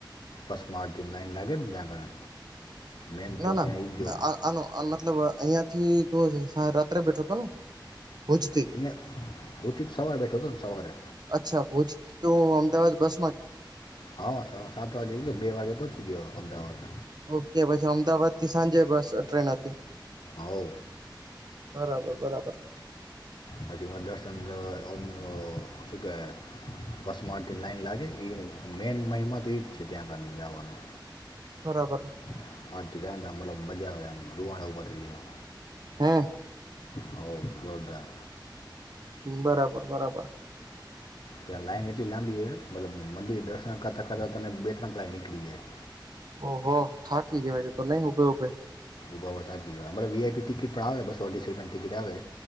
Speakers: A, on the left; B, on the right.
A: બસમા <unintelligible> લાઈન લાગે <unintelligible> મેન
B: ના,
A: તો
B: ના
A: ત્યાં ઈ જો
B: અ આનો મતલબ અહિયાં થી તું રાત્રે ભેઠો હતો ને? ભુજથી,
A: અહીંયા હુંથી તો સવારે બેઠો હતો ને સવારે
B: અચ્છા ભુજ તો અમદાવાદ બસ
A: હા, સવા-સાત વાગે ગયો, બે વાગે પહોંચી ગયો. અમદાવાદ
B: ઓકે, પછી અમદાવાદથી સાંજે બસ-ટ્રેન હતી.
A: હઉ
B: બરાબર, બરાબર.
A: પછી મા દર્શન આમ અ શું કે બસમાંથી લાઈન લાગે, એ મેન મહિમા તો એજ છે, ત્યાં આગળ જવાનું.
B: બરાબર.
A: <unintelligible> મતલબ મજા આવે, એમ રુવાડા ઉપર થઈ જાય.
B: હ
A: હા, જોરદાર.
B: બરાબર, બરાબર.
A: ત્યાં લાઈન એટલી લાંબી હોય મતલબ મંદિર દર્શન કરતા-કરતા તને બે લાઈન નીકળી જાય.
B: ઓ હો, થાકી જવાય છે તો નહી ઉભે-ઉભે
A: વી આઈ પી ટિકિટ પણ આવે, બસો-અઢીસો રૂપિયાની ટિકિટ આવે.